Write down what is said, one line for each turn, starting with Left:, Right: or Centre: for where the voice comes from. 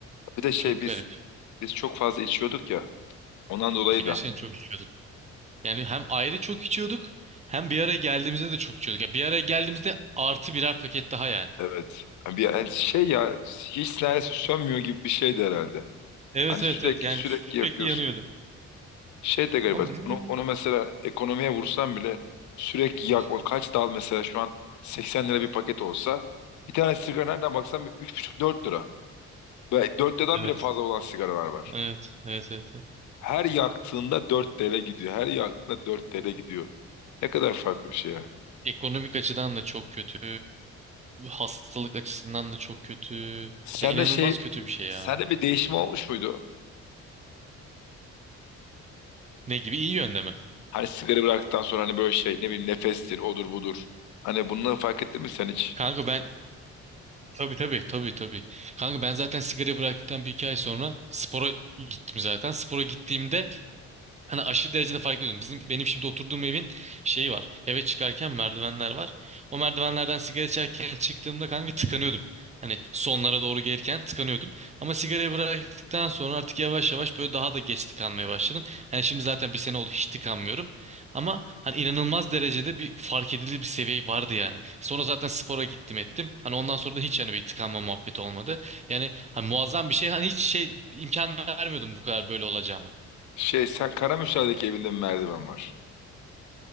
Left: Bir de şey
Right: Çok
Left: biz
Right: garip.
Left: biz çok fazla içiyorduk ya. Ondan dolayı
Right: Gerçekten
Left: da
Right: çok içiyorduk. Yani hem ayrı çok içiyorduk hem bir araya geldiğimizde de çok içiyorduk. Ya bir araya geldiğimizde artı birer paket daha yani.
Left: evet. Yani bir yani şey ya hiç neredeyse sönmüyor gibi bir şeydi herhalde.
Right: Evet
Left: Hani
Right: evet
Left: sürekli
Right: evet yani
Left: sürekli
Right: sürekli
Left: yakıyorsun.
Right: yanıyordu.
Left: Şey de garip.
Right: Ama bizim
Left: Onu,
Right: böyle...
Left: onu mesela ekonomiye vursam bile sürekli
Right: Uf,
Left: yakma. Kaç dal mesela şu an 80 lira bir paket olsa bir tane sigara nereden baksan bir 3,5-4 lira. Ve 4 liradan
Right: evet.
Left: bile fazla olan sigaralar var.
Right: Evet. Evet. Evet. Evet.
Left: Her yaktığında 4 TL gidiyor. Her yaktığında 4 TL gidiyor. Ne kadar farklı bir şey ya.
Right: Ekonomik açıdan da çok kötü. Hastalık açısından da çok kötü.
Left: Sende
Right: Ya inanılmaz
Left: şey,
Right: kötü bir şey ya.
Left: sende bir değişim olmuş muydu?
Right: Ne gibi? İyi yönde mi?
Left: Hani sigara bıraktıktan sonra hani böyle şey ne bileyim nefestir, odur budur. Hani bunları fark ettin mi sen hiç?
Right: Kanka ben tabii tabii tabii tabii. Kanka ben zaten sigara bıraktıktan bir iki ay sonra spora gittim zaten. Spora gittiğimde Hani aşırı derecede fark ediyordum. Bizim benim şimdi oturduğum evin şeyi var. Eve çıkarken merdivenler var. O merdivenlerden sigara içerken çıktığımda kanka tıkanıyordum. Hani sonlara doğru gelirken tıkanıyordum. Ama sigarayı bıraktıktan sonra artık yavaş yavaş böyle daha da geç tıkanmaya başladım. Hani şimdi zaten bir sene oldu hiç tıkanmıyorum. Ama hani inanılmaz derecede bir fark edilir bir seviye vardı yani. Sonra zaten spora gittim ettim. Hani ondan sonra da hiç hani bir tıkanma muhabbeti olmadı. Yani hani muazzam bir şey. Hani hiç şey imkan vermiyordum bu kadar böyle olacağıma.
Left: Şey sen Karamürsel'deki evinde mi merdiven var?